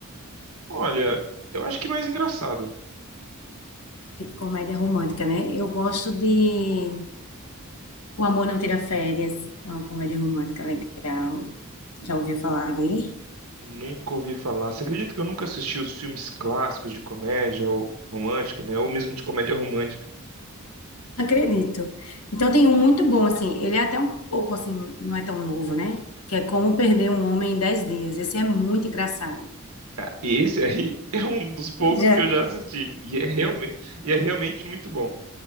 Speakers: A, on the right; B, on the left.
A: Olha, eu acho que mais engraçado.
B: Tipo comédia romântica, né? Eu gosto de O Amor Não Tira Férias. É uma comédia romântica legal. Já ouviu falar dele?
A: Nunca ouvi falar. Você acredita que eu nunca assisti os filmes clássicos de comédia ou romântica, né? Ou mesmo de comédia romântica.
B: Acredito. Então tem um muito bom, assim. Ele é até um pouco, assim, não é tão novo, né? Que é Como Perder um Homem em 10 Dias. Esse é muito engraçado.
A: Ah, esse aí <laughs> é um dos poucos
B: Já.
A: que eu já assisti. E é realmente, e é realmente muito bom.